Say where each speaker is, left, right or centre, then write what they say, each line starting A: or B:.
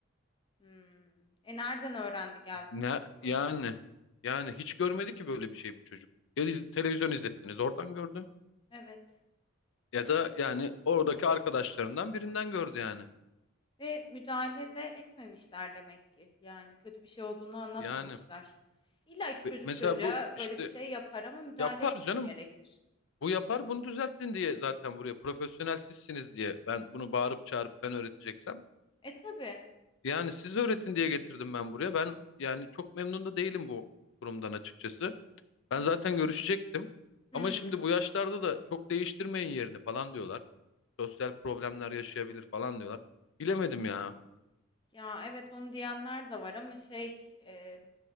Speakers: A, on the left; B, on the left.
A: Hımm. E, nereden öğrendi geldi
B: Ne
A: bu çocuk bunu?
B: yani? Yani hiç görmedi ki böyle bir şey bu çocuk. Ya iz- televizyon izlettiniz oradan gördü.
A: Evet
B: Ya da yani oradaki arkadaşlarından birinden gördü yani.
A: ve müdahale de etmemişler demek ki. Yani kötü bir şey olduğunu anlatmamışlar.
B: Yani
A: İlla ki çocuk
B: ve mesela
A: çocuğa
B: bu işte
A: böyle bir şey yapar ama müdahale
B: Yapar
A: etmek
B: canım.
A: gerekir.
B: Bu yapar bunu düzelttin diye zaten buraya profesyonel sizsiniz diye ben bunu bağırıp çağırıp ben öğreteceksem
A: E, tabii.
B: yani siz öğretin diye getirdim ben buraya. Ben yani çok memnun da değilim bu kurumdan açıkçası. Ben
A: Evet.
B: zaten görüşecektim
A: Hı
B: ama
A: hı.
B: şimdi bu yaşlarda da çok değiştirmeyin yerini falan diyorlar. Sosyal problemler yaşayabilir falan diyorlar. Bilemedim ya.
A: Ya, evet, onu diyenler de var ama şey, eee,